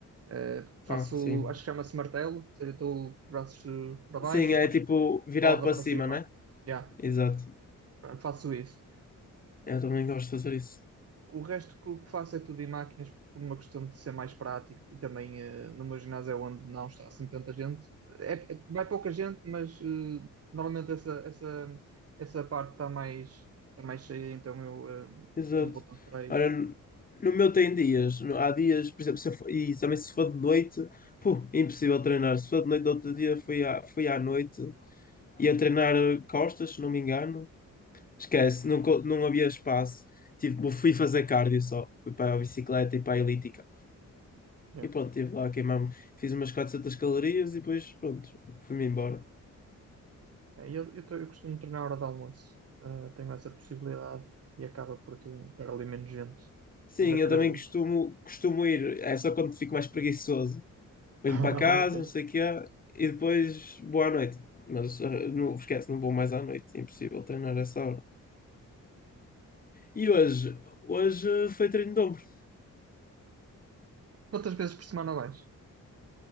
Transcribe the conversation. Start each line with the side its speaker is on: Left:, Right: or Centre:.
Right: Eh, faço,
Left: Ah, sim.
Right: acho que chama-se martelo, ou seja, estou com os braços eh, para baixo
Left: Sim, é
Right: e depois
Left: tipo virado
Right: roda
Left: para
Right: para
Left: cima,
Right: cima.
Left: né?
Right: Yeah,
Left: Exato.
Right: faço isso.
Left: Eu também gosto de fazer isso.
Right: O resto que, o que faço é tudo em máquinas por uma questão de ser mais prático e também eh, no meu ginásio é onde não está assim tanta gente. É, é- vai pouca gente, mas eh, normalmente essa, essa, essa parte está mais, está mais cheia, então eu eh,
Left: Exato.
Right: não vou tanto para aí.
Left: Ora, no meu tem dias. No- Há dias, por exemplo, se eu for- e também se for de noite, puh, é impossível treinar. Se for de noite, do outro dia fui à, fui à noite e a treinar eh, costas, se não me engano. Esquece, não, co- não havia espaço. Tipo, fui fazer cardio só. Fui para a bicicleta e para a elíptica.
Right: Yeah.
Left: E pronto, estive lá a queimar-me. Fiz umas 400 calorias e depois, pronto, fui-me embora.
Right: É, eu, eu, tô- eu costumo treinar à hora de almoço, Eh, tenho essa possibilidade e acaba por te- estar ali menos gente.
Left: Sim,
Right: Depois acredito.
Left: eu também costumo, costumo ir. É só quando fico mais preguiçoso. venho
Right: <laughs>
Left: para casa,
Right: Ok.
Left: não sei o quê, e depois vou à noite. Mas eh, não esquece, não vou mais à noite, é impossível treinar essa hora. E hoje, hoje eh, foi treino de ombro.
Right: Quantas vezes por semana vais?